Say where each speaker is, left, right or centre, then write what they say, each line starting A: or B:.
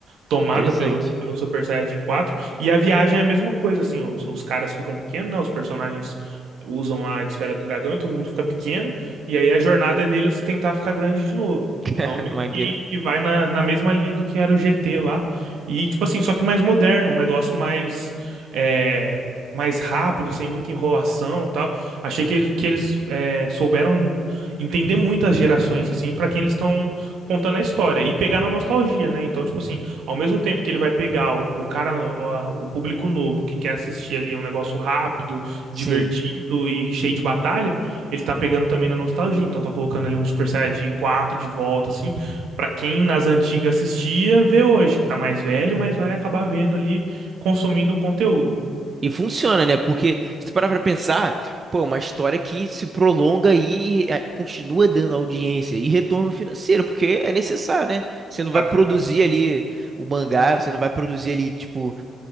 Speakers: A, on the right (about 75°); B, on the right (about 35°).
A: tomada
B: Interessante.
A: pelo, pelo Super Saiyajin 4. E a viagem é a mesma coisa, assim. Os, os caras ficam pequenos, né? Os personagens usam a esfera do dragão e todo mundo fica pequeno. E aí a jornada é deles tentar ficar grande de novo.
B: <laughs>
A: Então,
B: Maneiro.
A: que, que vai na, na mesma linha do que era o GT lá. E, tipo assim, só que mais moderno, um negócio mais, é, mais rápido, sem muita enrolação e tal. Achei que eles, que eles é, souberam entender muitas gerações, assim, pra quem eles estão contando a história. E pegar na nostalgia, né? Então, tipo assim, ao mesmo tempo que ele vai pegar o, o cara, a- o público novo, que quer assistir ali um negócio rápido,
B: Sim.
A: divertido e cheio de batalha, ele tá pegando também na nostalgia. Então, tá colocando ali um Super Saiyajin 4 de volta, assim. Pra quem nas antigas assistia, vê hoje, que tá mais velho, mas vai acabar vendo ali, consumindo o conteúdo.
B: E funciona, né? Porque se tu parar pra pensar, pô, é uma história que se prolonga aí e é, continua dando audiência e retorno financeiro, porque é necessário, né? Você não vai
A: Pra
B: produzir
A: caramba.
B: ali o mangá, você não vai produzir ali, tipo,